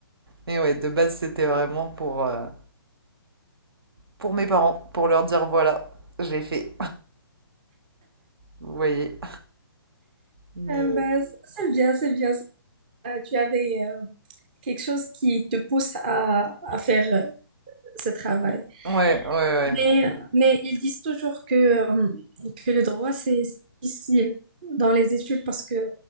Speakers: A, on the right; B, on the right.
A: Mais ouais, de base, c'était vraiment pour, euh, pour mes parents, pour leur dire voilà, j'ai fait. <laughs> Vous voyez. Mais...
B: Euh, ben, c'est bien, c'est bien. Euh, tu avais euh, quelque chose qui te pousse à, à faire euh, ce travail.
A: Ouais, ouais, ouais.
B: Mais, mais ils disent toujours que, euh, que le droit, c'est difficile dans les études parce que